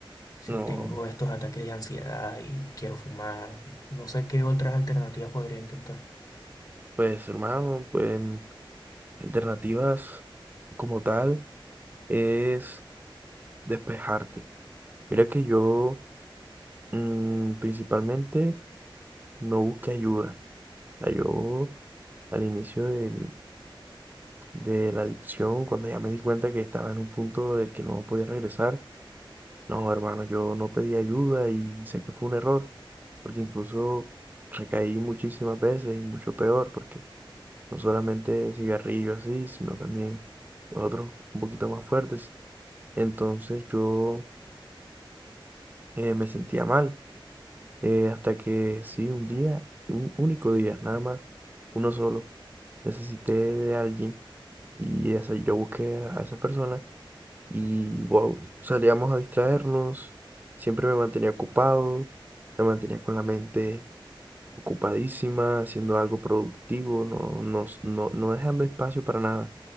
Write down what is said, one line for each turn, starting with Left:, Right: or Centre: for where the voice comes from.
Left: si
Right: No,
Left: tengo estos ataques de ansiedad y quiero fumar. No sé qué otras alternativas podría intentar.
Right: pues hermano, pues... Alternativas como tal es despejarte. Mira que yo mm, principalmente no busqué ayuda. O sea, yo al inicio del- de la adicción, cuando ya me di cuenta que estaba en un punto del que no podía regresar, no, hermano, yo no pedí ayuda y sé que fue un error, porque incluso recaí muchísimas veces y mucho peor, porque no solamente cigarrillo así, sino también otros un poquito más fuertes. Entonces yo eh, me sentía mal. eh, hasta que sí, un día, un único día, nada más, uno solo, necesité de alguien y esa, yo busqué a esa persona y wow, salíamos a distraernos. Siempre me mantenía ocupado, me mantenía con la mente ocupadísima, haciendo algo productivo, no, no, s- no, no dejando espacio para nada,